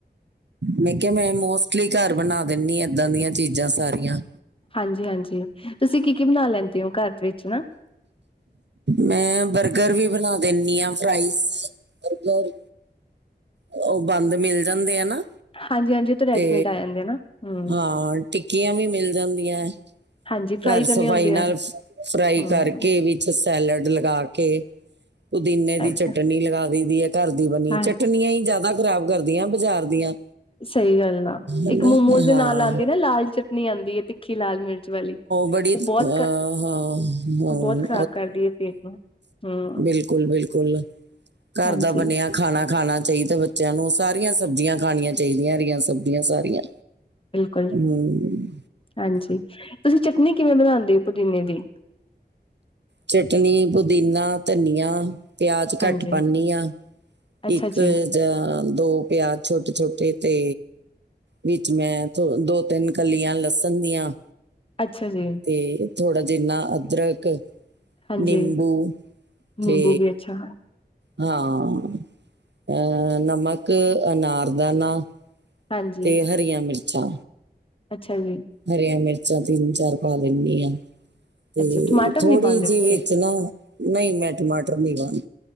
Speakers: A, on the right; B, on the left.
A: ਮੈਂ ਕਿਹਾ ਮੈਂ ਮੋਸਟਲੀ ਘਰ ਬਣਾ ਦਿੰਨੀ ਆ ਏਦਾਂ ਦੀਆਂ ਚੀਜ਼ਾਂ ਸਾਰੀਆਂ।
B: ਹਾਂਜੀ-ਹਾਂਜੀ ਤੁਸੀਂ ਕੀ ਕੀ ਬਣਾ ਲੈਂਦੇ ਹੋ ਘਰ ਦੇ ਵਿੱਚ ਹਨਾ।
A: ਮੈਂ ਬਰਗਰ ਵੀ ਬਣਾ ਦਿੰਦੀ ਆ, ਫਰਾਈਜ਼ ਬਰਗਰ। ਉਹ ਬੰਦ ਮਿਲ ਜਾਂਦੇ ਆ ਨਾ।
B: ਹਾਂਜੀ ਹਾਂਜੀ ਉਹ ਤਾਂ ਰੈਡੀਮੇਡ
A: ਤੇ
B: ਆ ਜਾਂਦੇ ਨਾ ਹੂੰ
A: ਹਾਂ ਟਿੱਕੀਆਂ ਵੀ ਮਿਲ ਜਾਂਦੀਆਂ।
B: ਹਾਂਜੀ ਫਰਾਈ
A: ਘਰ
B: ਕਰਨੀ
A: ਸਫ਼ਾਈ
B: ਹੁੰਦੀ
A: ਨਾਲ
B: ਆ
A: ਫਰਾਈ
B: ਹੂੰ
A: ਕਰਕੇ ਵਿੱਚ ਸੈਲਡ ਲਗਾ ਕੇ ਪੁਦੀਨੇ ਦੀ
B: ਅੱਛਾ
A: ਚਟਨੀ ਲਗਾ ਦੇ ਦੀ ਐ ਘਰ ਦੀ ਬਣੀ,
B: ਹਾਂ
A: ਚਟਨੀਆਂ ਹੀ ਜ਼ਿਆਦਾ ਖ਼ਰਾਬ ਕਰਦੀਆਂ ਬਾਜ਼ਾਰ ਦੀਆਂ।
B: ਸਹੀ ਗੱਲ ਆ, ‌
A: ਹਨਾ
B: ਇੱਕ ਮੋਮੋਜ਼ ਦੇ
A: ਹਾਂ
B: ਨਾਲ ਆਂਦੀ ਨਾ ਲਾਲ ਚਟਨੀ ਆਂਦੀ ਹੈ ਤੇ ਮੱਖੀ ਲਾਲ ਮਿਰਚ ਵਾਲੀ,
A: ਬੜੀ
B: ਉਹ
A: ਅਹ,
B: ਬਹੁਤ
A: ਹਾਂ ਹਾਂ,
B: ਉਹ ਬਹੁਤ ਖ਼ਰਾਬ ਕਰਦੀ ਹੈ ਪੇਟ ਨੂੰ। ਹੂੰ
A: ਬਿਲਕੁਲ-ਬਿਲਕੁਲ ਘਰ
B: ਹਾਂਜੀ
A: ਦਾ ਬਣਿਆ ਖਾਣਾ ਖਾਣਾ ਚਾਹੀਦਾ। ਬੱਚਿਆਂ ਨੂੰ ਸਾਰੀਆਂ ਸਬਜ਼ੀਆਂ ਖਾਣੀਆਂ ਚਾਹੀਦੀਆਂ, ਰਹੀਆਂ ਸਬਜ਼ੀਆਂ ਸਾਰੀਆਂ।
B: ਬਿਲਕੁਲ।
A: ਹਮ
B: ਹਾਂਜੀ, ਤੁਸੀਂ ਚਟਨੀ ਕਿਵੇਂ ਬਣਾਦੇ ਹੋ ਪੁਦੀਨੇ ਦੀ?
A: ਚਟਨੀ ਪੁਦੀਨਾ, ਧਨੀਆ, ਪਿਆਜ
B: ਹਾਂਜੀ,
A: ਘੱਟ ਪਾਂਦੀ ਆ।
B: ਅੱਛਾ
A: ਇੱਕ
B: ਜੀ,
A: ਜਾਂ ਦੋ ਪਿਆਜ ਛੋਟੇ-ਛੋਟੇ ਤੇ ਵਿੱਚ ਮੈਂ ਥੋ ਦੋ-ਤਿੰਨ ਕਲੀਆਂ ਲਸਣ ਦੀਆਂ।
B: ਅੱਛਾ ਜੀ।
A: ਤੇ ਥੋੜਾ ਜਿੰਨਾ ਅਦਰਕ
B: ਹਾਂਜੀ,
A: ਨਿੰਬੂ
B: ਨਿੰਬੂ
A: ਤੇ
B: ਵੀ ਅੱਛਾ
A: ਹਾਂ, ਅਹ ਨਮਕ, ਅਨਾਰ ਦਾਨਾ
B: ਹਾਂਜੀ,
A: ਤੇ ਹਰੀਆਂ ਮਿਰਚਾਂ।
B: ਅੱਛਾ ਜੀ।
A: ਹਰੀਆਂ ਮਿਰਚਾਂ ਤਿੰਨ-ਚਾਰ ਪਾ ਦਿੰਦੀ ਆ। ਤੇ
B: ਅੱਛਾ ਟਮਾਟਰ
A: ਥੋੜ੍ਹੀ
B: ਨੀ ਪਾਉਂਦੇ
A: ਜਿਹੀ
B: ਤੁਸੀਂ?
A: ਵਿੱਚ ਨਾ, ਨਈ ਮੈਂ ਟਮਾਟਰ ਨਹੀਂ ਪਾਂਦੀ।